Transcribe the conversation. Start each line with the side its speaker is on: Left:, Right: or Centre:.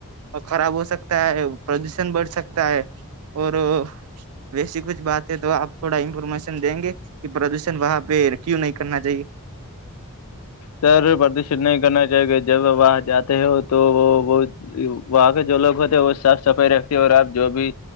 Right: ખરાબ હો સકતા હ પ્રદૂષણ બઢ સકતા હૈ ઓર વેસી કુછ બાત તો આપ થોડા ઇન્ફોર્મેશન દેગે કે પ્રદૂષણ વહ પે ક્યુ નહી કરના ચાઇએ?
Left: સર પ્રદર્શિત નહી કરના ચા કે જબ વાહ જાતે હો તો બહુત વહં કે <unintelligible> હોતે વ સાફ સફાઈ રખતી આપ જો ભી